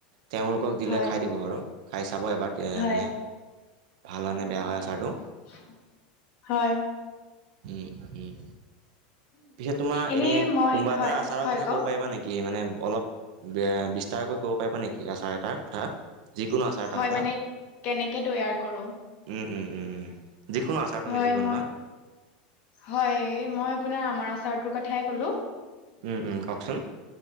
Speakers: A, on the right (about 60°); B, on the left (about 40°).
A: তেওঁলোকক দিলে
B: হয়,
A: খায় দিব বাৰু, খায় চাব এবাৰ। তেতিয়া
B: হয়,
A: মানে, ভাল হয়নে বেয়া হয় আচাৰটো।
B: <unintelligible> হয়।
A: উম, উম। পিছে তোমাৰ
B: এনেই
A: এনে
B: মই
A: কোনবা
B: হয়
A: এটা আচাৰৰ
B: হয়
A: কথা
B: কওক
A: ক'ব পাৰিবা নেকি? কি মানে অলপ, এ বিস্তাৰকৈ ক'ব পাৰিব নেকি? আচাৰ এটাৰ কথা যিকোনো আচাৰ এটাৰ
B: হয়
A: কথা
B: মানে, কেনেকে তৈয়াৰ কৰোঁ।
A: উম, উম, উম, উম যিকোনো আচাৰ তুমি
B: হয়
A: যি বনোৱা
B: মই- হয় মই আপোনাৰ আমৰ আচাৰটোৰ কথাই ক'লো
A: উম, উম কওঁকচোন।